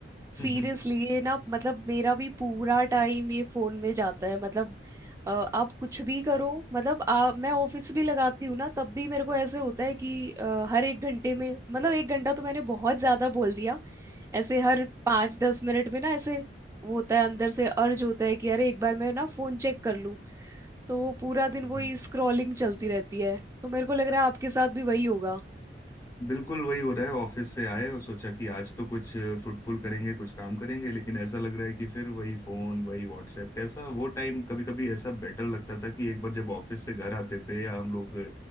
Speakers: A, on the right (about 15°); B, on the left (about 15°).
A: सीरियसली
B: <laughs>
A: ये ना मतलब मेरा भी पूरा टाइम ये फोन में जाता है मतलब अ, आप कुछ भी करो मतलब आ, मैं ऑफिस भी लगाती हूँ ना तब भी मेरे को ऐसे होता है कि अ, हर एक घंटे में मतलब एक घंटा तो मैंने बहुत ज्यादा बोल दिया ऐसे हर पाँच दस मिनट में ना ऐसे वो होता है अंदर से अर्ज होता है कि अरे एक बार मैं ना फोन चेक कर लूं तो पूरा दिन वही
B: जी
A: स्क्रॉलिंग चलती रहती है तो मेरे को लग रहा है आपके साथ भी वही होगा
B: बिल्कुल वही हो रहा है ऑफिस से आए और सोचा कि आज तो कुछ फ्रूटफुल करेंगे कुछ काम करेंगे लेकिन ऐसा लग रहा है कि फिर वही फोन वही व्हाट्सएप कैसा वो टाइम कभी कभी ऐसा बेटर लगता था कि एक बार जब ऑफिस से घर आते थे या हम लोग